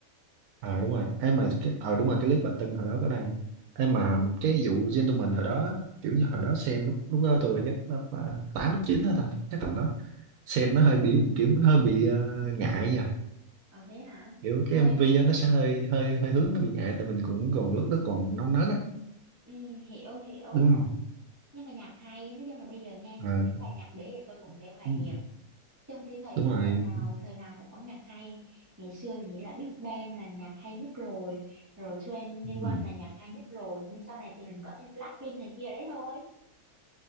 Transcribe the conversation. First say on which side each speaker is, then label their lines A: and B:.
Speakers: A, on the right (about 80°); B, on the right (about 15°).
A: ờ đúng rồi em mà cái ờ đúng rồi cái clip bà Tưng hồi đó có đăng em
B: ừ
A: mà
B: ừ
A: cái vụ gentleman hồi đó kiểu như hồi đó xem lúc lúc đó tôi chắc lớp à, tám lớp chín đó ta chắc tầm đó xem nó
B: Ủa
A: hơi
B: vậy
A: bị
B: hả
A: kiểu nó hơi bị ờ, ngại nha
B: ờ thế hả
A: kiểu cái
B: thôi
A: MV á, nó sẽ hơi hơi hơi hướng nó bị ngại tại mình cũng còn lúc đó còn non nớt á
B: ừ, hiểu hiểu
A: đúng không
B: nhưng mà nhạc hay nói chung là bây giờ nghe những
A: à,
B: bài nhạc đấy thì tôi vẫn thấy hoài
A: ừ,
B: niệm Chung thì thấy
A: đúng rồi,
B: thời nào thời nào cũng có nhạc hay ngày xưa thì nghĩ là Big Bang là nhạc hay nhất rồi rồi 21
A: đúng rồi.
B: là nhạc hay nhất rồi nhưng sau này thì mình có thêm Blackpink này kia đấy thôi